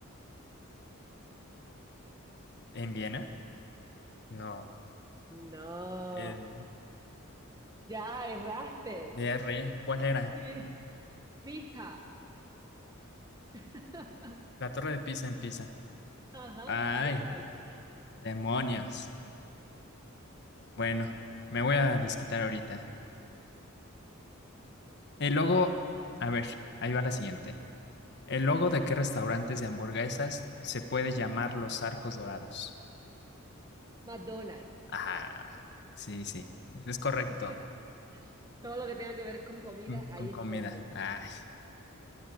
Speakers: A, on the left; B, on the right.
A: en Viena, no,
B: No,
A: en
B: ya erraste.
A: DR, ¿cuál
B: <laughs>
A: era?
B: Pisa. <laughs>
A: La Torre de Pisa en Pisa.
B: Ajá,
A: Ay,
B: tal cual.
A: demonios. Bueno, me voy a desquitar ahorita. El logo,
B: Ajá.
A: a ver, ahí va la siguiente. ¿El logo de qué restaurantes de hamburguesas se puede llamar los arcos dorados?
B: McDonald's.
A: Ah, sí, sí, es correcto.
B: <laughs> Todo lo que tenga que ver con comida,
A: Mm,
B: ahí
A: Con comida.
B: estoy yo.
A: Ay,